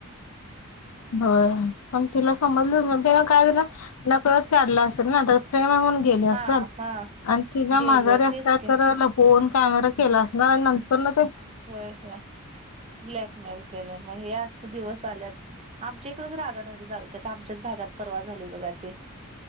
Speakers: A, on the left; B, on the right.
A: होय. पण तिला समजल न ते काय झालं नकळच काढलं असेल ना? त्यात प्रेम हाय म्हणून. गेली असल.
B: हा हा
A: आणि तिच्या
B: गेलं
A: माघारी अस
B: तेच
A: कायतरी
B: की
A: फोन कॅमेरा केला असणार आणि नंतरन.
B: होय. होय ब्लॅकमेल केलय म हे अस. दिवस आल्यात. आमच्या इकडच राधानगरी तालुक्यात आमच्याच भागात परवा झालेय बघा ते.